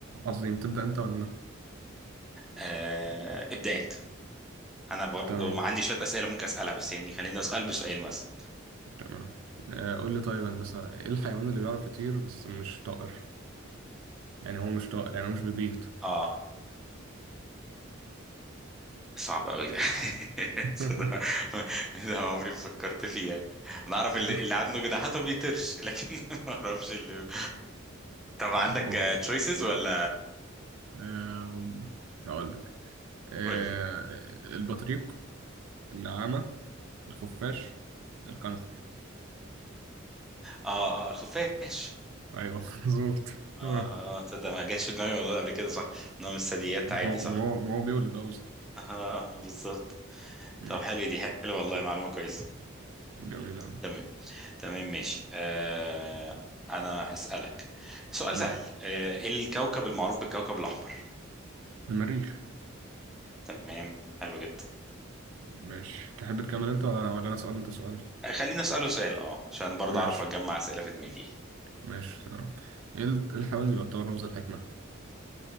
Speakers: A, on the right (about 80°); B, in the centre.
A: عظيم تبدأ أنت ولا أنا؟
B: آه ابدا انت انا برضو
A: تمام
B: ما عندي شويه اسئله ممكن اسالها بس يعني خليني اسال بسؤال مثلا
A: تمام آه قول لي طيب يا هندسة إيه الحيوان اللي بيعرف يطير بس مش طائر؟ يعني هو مش طائر يعني هو مش بيبيض
B: اه صعب قوي ده <laughs>
A: <laughs>
B: صدق ده عمري ما فكرت فيها انا اعرف
A: الخ-
B: اللي, اللي عنده جناحات ما بيطيرش لكن <laughs> ما اعرفش اللي طب عندك
A: هو
B: تشويسز ولا
A: آم، هقول لك آه،
B: قول لي
A: البطريق النعامة الخفاش الكنغر
B: اه اه خفاش
A: ايوه <laughs> مظبوط تمام
B: اه اه تصدق ما جاش في دماغي الموضوع ده قبل كده صح انه من الثدييات
A: ما
B: عادي
A: هو
B: صح
A: ما هو ما هو بيولد اه بس
B: <laughs> اه اه بالظبط
A: مم،
B: طب حلو دي حلو والله معلومة كويسة
A: جميل أوي
B: تمام تمام ماشي آه انا هسألك سؤال
A: قول
B: سهل آه الكوكب المعروف بالكوكب الاحمر
A: المريخ
B: تمام حلو جدا
A: ماشي تحب تكمل انت ولا ولا انا سؤال انت سؤال
B: خلينا اسأله سؤال اه عشان برضه
A: ماشي
B: اعرف اجمع اسئلة في دماغي
A: ماشي تمام ايه ال- إيه الحيوان اللي بيعتبر رمز الحكمة